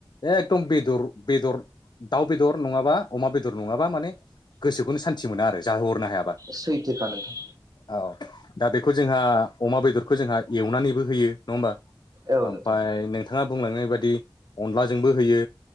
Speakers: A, on the left; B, on the right.
A: एकदम बेदर बेदर दाउ बेदर नङाबा अमा बेदर नङाबा माने गोसोखौनो सान्तथि मोनो आरो जाहोहरनो हायाबा।
B: सैथोखा नोंथां।
A: औ दा बेखौ जोंहा अमा बेदरखौ जोंहा एवनानैबो होयो नङा होमबा
B: औ नोंथां
A: ओमफ्राय नोंथाङा बुंलांनाय बाददि अनलाजोंबो होयो